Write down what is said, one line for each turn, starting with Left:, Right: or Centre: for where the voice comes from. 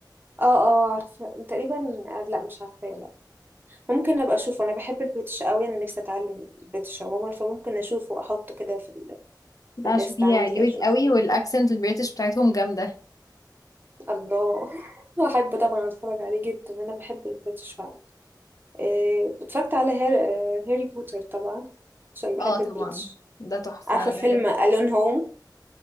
Right: اه اه عارفة تقريبا آه، لا مش عارفة لا ممكن ابقى اشوفه انا بحب البريتش قوي انا نفسي اتعلم البريتش عموما فممكن اشوفه واحطه كده في ال...
Left: ده
Right: في الليست
Left: شوفيه
Right: عندي
Left: هيعجبك
Right: اشوف
Left: قوي والاكسنت البريتش بتاعتهم جامدة
Right: الله <laughs> احب طبعا اتفرج عليه جدا انا بحب البريتش فعلا إيه اتفرجت على هير... آه، هاري بوتر طبعا عشان بحب
Left: اه طبعا
Right: البريتش
Left: ده تحفة
Right: عارفة
Left: انا
Right: فيلم
Left: بحب
Right: ألون هوم